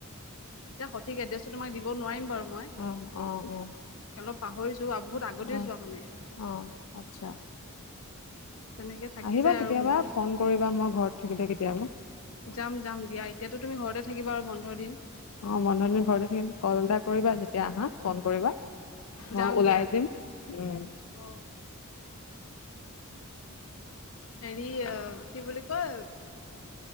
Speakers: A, on the left; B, on the left.
A: এতিয়া সঠিক এড্ৰেছটো তোমাক দিব নোৱাৰিম বাৰু মই
B: অ অ অ
A: অলপ পাহৰিছো আ বহুত আগতে
B: অ
A: যোৱা মানে
B: অ আচ্ছা
A: তেনেকে থাকি
B: আহিবা
A: যায়
B: কেতিয়াবা
A: আৰু সুমোৱা
B: ফোন কৰিবা মই ঘৰত থাকোতে কেতিয়াবা
A: যাম যাম দিয়া এতিয়াতো তুমি ঘৰতে থাকিবা আৰু বন্ধ দিন
B: অ বন্ধৰ দিন ঘৰতে থাকিম কল এটা কৰিবা যেতিয়া আহা ফ'ন কৰিবা
A: যাম
B: মই ওলাই
A: দিয়া
B: দিম উম
A: অ হেৰি অ কি বুলি কয়।